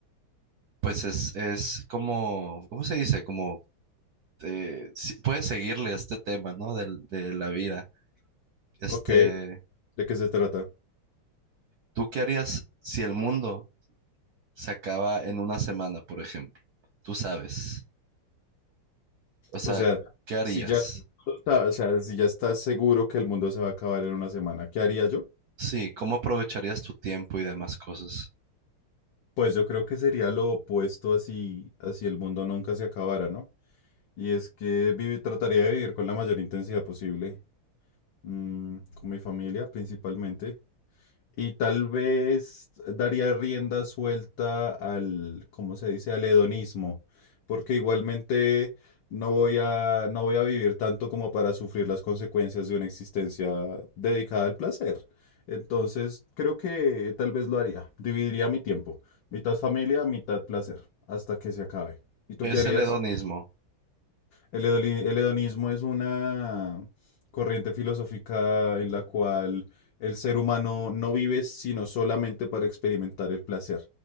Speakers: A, on the right; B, on the left.
A: pues es, es como, ¿cómo se dice? Como eh, si- puedes seguirle este tema, ¿no? Del- de la vida. Este,
B: Ok, ¿de qué se trata?
A: ¿tú qué harías si el mundo se acaba en una semana, por ejemplo? Tú sabes. O sea,
B: O sea,
A: ¿qué harías?
B: si ya, o sea, si ya estás seguro que el mundo se va a acabar en una semana, ¿qué haría yo?
A: Sí, ¿cómo aprovecharías tu tiempo y demás cosas?
B: Pues yo creo que sería lo opuesto así, así el mundo nunca se acabara, ¿no? Y es que vivi- trataría de vivir con la mayor intensidad posible, mm, con mi familia principalmente, Y tal vez daría rienda suelta al, ¿cómo se dice? Al hedonismo, porque igualmente no voy a, no voy a vivir tanto como para sufrir las consecuencias de una existencia dedicada al placer. Entonces, creo que tal vez lo haría. Dividiría mi tiempo, mitad familia, mitad placer, hasta que se acabe. ¿Y tú
A: ¿Qué
B: qué
A: es
B: harías?
A: el hedonismo?
B: El hedoli- el hedonismo es una corriente filosófica en la cual el ser humano no vive sino solamente para experimentar el placer